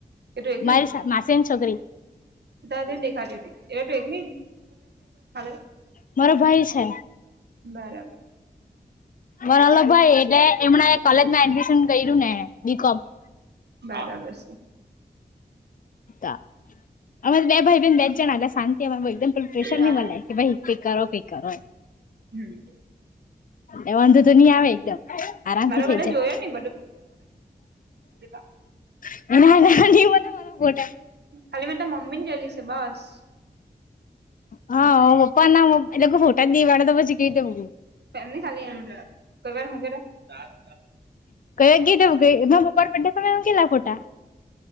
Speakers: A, on the right; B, on the left.
A: કે તું એકલી?
B: મારી માસીની છોકરી
A: તાર જેવી જ દેખાતી <unintelligible>
B: મારો ભાઈ છે.
A: બરાબર.
B: વરલ ભાઈ એટલે એમણા કોલેજમાં એડમિશન કર્યું ને બીકોમ.
A: બરાબર શે.
B: અમારે બે ભાઈ બેન બે જણા હતા શા એ એક્ઝામ્પલ પ્રેશર
A: તે
B: નની
A: હારું
B: મળે કે ભાઈ કઈ કરો કઈ કરો
A: હમ
B: એ વાંધો તો નહી આવે એકદમ આરામથી
A: મારા
B: થઈ
A: બધા
B: જાય
A: જોયા <unintelligible>
B: <inaudible> ફોટા
A: ખાલી મે તાર મમ્મીને જોયલી છે બસ
B: હા પપ્પા ના એ લોકો ફોટા ની પાડે તો પછી <inaudible>
A: <unintelligible>
B: <inaudible> મારા પપ્પા ના બર્થડે પર મૂકેલા ફોટા